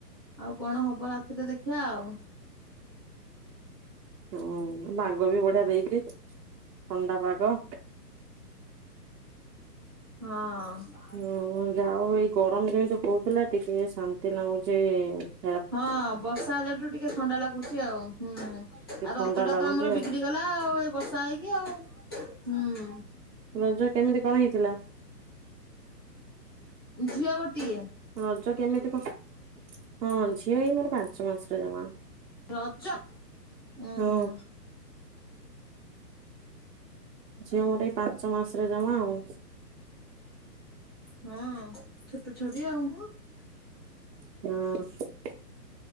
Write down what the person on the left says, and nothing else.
ଆଉ କଣ ହବ ରାତିରେ ଦେଖିବା ଆଉ।
ହଁ ଅଁ
ହଁ ବର୍ଷା ହେଲାଠୁ ଟିକେ ଥଣ୍ଡା ଲାଗୁଚି ଆଉ। ହୁଁ ଆଉ
ରଜଟା
ତ ଆମର
ବିଗିଡିି ଗଲା ଆଉ ଏଇ ବର୍ଷା ହେଇକି ଆଉ ହୁଁ
ଝିଅ ଗୋଟିଏ।
ରଜ ଓହୋ।
ହଁ ଛୋଟଛୁଆଟି ଆଉ।